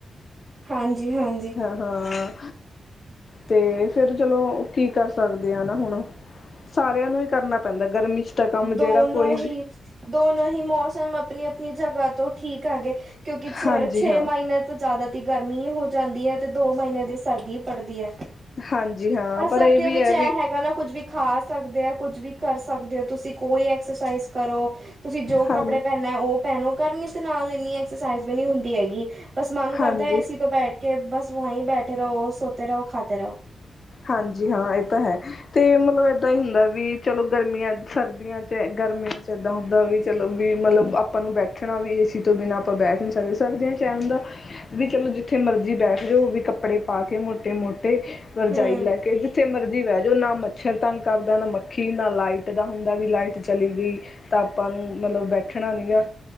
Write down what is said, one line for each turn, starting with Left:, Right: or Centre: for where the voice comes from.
Right: ਹਾਂਜੀ-ਹਾਂਜੀ।
Left: ਹ-ਹਾਂ, ਤੇ ਫ਼ੇਰ ਚਲੋ ਕੀ ਕਰ ਸਕਦੇ ਆ ਨਾ ਹੁਣ। ਸਾਰਿਆਂ ਨੂੰ ਹੀ ਕਰਨਾ ਪੈਂਦਾ ਗਰਮੀ 'ਚ ਤਾਂ ਕੰਮ
Right: ਦੋਨੋ
Left: ਜਿਹੜਾ ਕੋਈ ਵੀ
Right: ਹੀ ਦੋਨੋ ਹੀ ਮੌਸਮ ਅਪਨੀ-ਅਪਨੀ ਜਗ੍ਹਾ ਤੋਂ ਠੀਕ ਹੈਗੇ, ਕਿਉਂਕਿ ਛੇ-
Left: ਹਾਂਜੀ
Right: ਛੇ
Left: ਹਾਂ
Right: ਮਹੀਨੇ ਤੋ ਜ਼ਿਆਦਾ ਤ ਗਰਮੀ ਹੀ ਹੋ ਜਾਂਦੀ ਹੈ, ਤੇ ਦੋ ਮਹੀਨੇ ਦੀ ਸਰਦੀ ਪੜਦੀ ਹੈ।
Left: ਹਾਂਜੀ ਹਾਂ
Right: ਪਰ ਸਰਦੀਆਂ
Left: ਇਹ ਵੀ
Right: ਵਿੱਚ
Left: ਹੈ
Right: ਇਹ
Left: ਵੀ
Right: ਹੈਗਾ ਨਾ ਕੁੱਝ ਵੀ ਖਾ ਸਕਦੇ ਆ, ਕੁੱਝ ਵੀ ਕਰ ਸਕਦੇ ਹੋ, ਤੁਸੀਂ ਕੋਈ ਵੀ ਐਕਸਰਸਾਈਸ ਕਰੋ। ਤੁਸੀਂ ਜੋ
Left: ਹਾਂ
Right: ਕੱਪੜੇ ਪਹਿਨਨਾ ਹੈ ਉਹ ਪਹਿਨੋ, ਗਰਮੀ 'ਚ ਤੇ ਨਾਲ ਇੰਨੀ ਐਕਸਰਸਾਈਜ਼ ਵੀ ਨਹੀਂ ਹੁੰਦੀ ਹੈਗੀ। ਬਸ ਮਨ
Left: ਹਾਂਜੀ
Right: ਕਰਦੈ ਏਸੀ ਤੋਂ ਬੈਠ ਕੇ ਬਸ ਵਹੀਂ ਬੈਠੇ ਰਹੋ, ਸੋਤੇ ਰਹੋ, ਖਾਤੇ ਰਹੋ।
Left: ਹਾਂਜੀ ਹਾਂ, ਇਹ ਤਾਂ ਹੈ। ਤੇ ਮਤਲਬ ਏਦਾਂ ਹੀ ਹੁੰਦਾ ਵੀ ਚਲੋ ਗਰਮੀਆਂ, ਸਰਦੀਆਂ 'ਚ, ਗਰਮੀਆਂ ਚ ਏਦਾਂ ਹੁੰਦਾ ਵੀ ਚਲੋ ਵੀ ਮਤਲਬ ਆਪਾਂ ਨੂੰ ਬੈਠਣਾ ਵੀ ਏ ਸੀ ਤੋਂ ਬਿਨਾਂ ਆਪਾਂ ਬੈਠ ਨਹੀਂ ਸਕਦੇ, ਸਰਦੀਆਂ 'ਚ ਐ ਹੂੰਦਾ ਵੀ ਚਲੋ ਜਿੱਥੇ ਮਰਜ਼ੀ ਬੈਠ ਜੌ, ਵੀ ਕੱਪੜੇ ਪਾ ਕੇ ਹੁਣ ਤੇ ਮੋਟੇ ਵ ਰਜਾਈ
Right: ਹੂੰ,
Left: ਲੈ ਕੇ, ਜਿੱਥੇ ਮਰਜ਼ੀ ਬਹਿ ਜੋ, ਨਾ ਮੱਛਰ ਤੰਗ ਕਰਦਾ, ਨਾ ਮੱਖੀ, ਨਾ ਲਾਈਟ ਦਾ ਹੁੰਦਾ ਵੀ ਲਾਈਟ ਚਲੀ ਗਈ। ਤਾਂ ਆਪਾਂ ਨੂੰ ਮਤਲਬ ਬੈਠਣਾ ਨੀ ਗਾ।